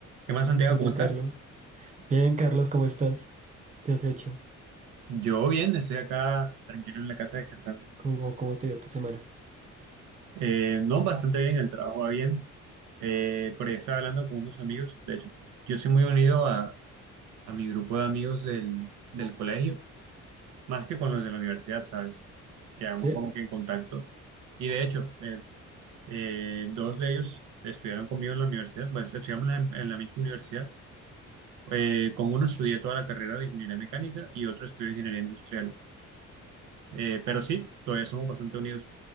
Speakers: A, on the right; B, on the right.
A: ¿Qué más, Santiago?
B: Hola
A: ¿Cómo estás?
B: Carlos. Bien, Carlos, ¿cómo estás? ¿Qué has hecho?
A: Yo bien, estoy acá tranquilo en la casa descansando.
B: ¿Cómo, cómo te dio tu semana?
A: Eh, no, bastante bien, el trabajo va bien. Eh, por ahí estaba hablando con unos amigos. De hecho, yo soy muy unido a, a mi grupo de amigos del, del colegio, más que con los de la universidad, ¿sabes? Quedamos
B: ¿Sí?
A: como que en contacto. Y de hecho, eh, eh, dos de ellos estudiaron conmigo en la universidad, pues estudiamos en la, en la misma universidad. Eh, con uno estudié toda la carrera de ingeniería mecánica y otro estudié ingeniería industrial. Eh, pero sí, todavía somos bastante unidos.